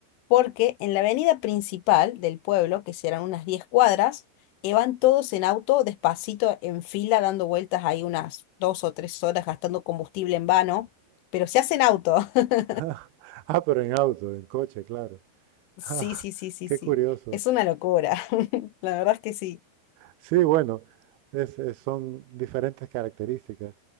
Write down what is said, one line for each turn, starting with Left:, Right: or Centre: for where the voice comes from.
Left: porque en la avenida principal del pueblo, que serán unas 10 cuadras, y van todos en auto despacito en fila dando vueltas ahí unas dos o tres horas gastando combustible en vano, pero se hacen auto. <laughs>
Right: <laughs> Ah, ah, pero en auto, en coche, claro.
Left: Sí,
Right: Ah,
Left: sí, sí, sí,
Right: qué
Left: sí.
Right: curioso.
Left: Es una locura. <laughs> La verdad es que sí.
Right: Sí, bueno, es- es- son diferentes características.